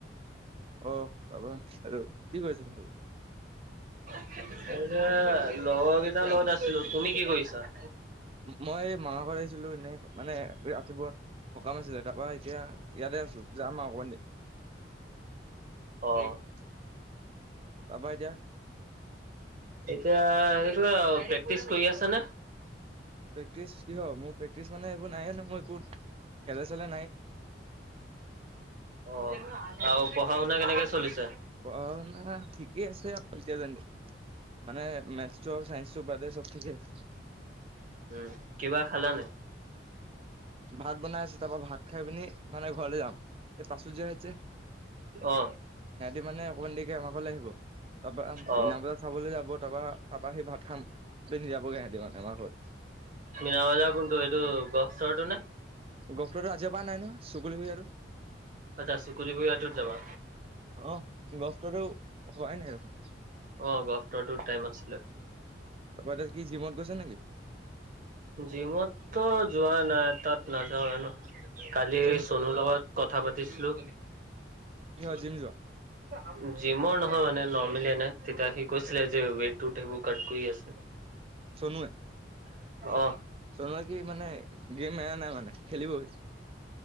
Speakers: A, on the right; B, on the right.
A: অহ, তাৰপৰা আৰু কি কৰিছ তাত?
B: <unintelligible> লগৰ কেইটাৰ লগত আছিলোঁ। তুমি কি কৰিছা?
A: মই মামা ঘৰত আহিছিলো এনেই, মানে এ-ৰাতিপুৱা সকাম আছিলে তাৰপৰা এতিয়া ইয়াতে আছো, যাম আৰু অকমান দেৰী
B: অ', <unintelligible>
A: তাৰপৰা এতিয়া
B: এতিয়া <unintelligible> প্ৰেক্টিচ কৰি আছা নে?
A: প্ৰেক্টিচ কিহৰ? মোৰ প্ৰেক্টিচ মানে এইবোৰ নাই নহ' মই একোত! খেলে চেলে
B: অ', আৰু পঢ়া শুনা কেনেকে চলিছে?
A: পঢ়া শুনা ঠিকেই আছে আৰু এতিয়া যেনে মানে মেটছটো আও চাইন্সটো বাদে চব ঠিকে আছে।
B: উম, কিবা খালানে?
A: ভাত বনাই আছে, তাৰপৰা ভাত খাই পিনি মানে ঘৰলে যাম। এই প্ৰাচুৰ্য ৰায়ত যে সিহঁতি
B: অ
A: মানে অকমান দেৰিকে আমাৰ ঘৰলে আহিব, তাৰপৰা
B: অ
A: মিনা বজাৰ চাবলৈ যাব। তাৰপা তাপৰা সি ভাত খাম, পিন্ধি যাবগে সিহঁতি মানে আমাৰ ঘৰত।
B: মিনা বজাৰ কোনটো এইটো গফ চৰ তটো নে?
A: গফ চৰটো আজিৰ পৰা নাই নহয় চুকুলো ভূঞাতো
B: আচ্ছা, চুকুলি <unintelligible> যাবা?
A: অহ, গফটৰটো হোৱাই নাই দেখোন।
B: অহ, গফটৰটোত টাইম আছে।
A: তাৰপৰা কি জিমত গৈছ নেকি?
B: জিমততো যোৱা নাই তাত নাযাওে ন' কালি
A: জিম
B: চনুৰ লগত কথা পাতিছিলোঁ,
A: কিহৰ
B: জিমৰ
A: জিম যোৱা
B: নহয় মানে নৰ্মেলী নাই তেতিয়া সি কৈছিল যে ৱৰ্কআউট কৰি আছে।
A: চনুৱে
B: অ
A: চনুৱে কি মানে গেম এৰা নাই মানে খেলিৱই?